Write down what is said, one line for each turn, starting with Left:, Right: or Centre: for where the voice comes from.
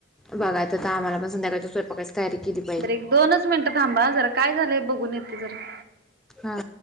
Centre: बघयचं आम्हाला पण संध्याकाच्या स्वयंपाकाच. तारी <unintelligible>
Right: बर एक दोनच मिनिटं थांबा हं जरा. काय झालंय बघून येते जरा.
Centre: हा.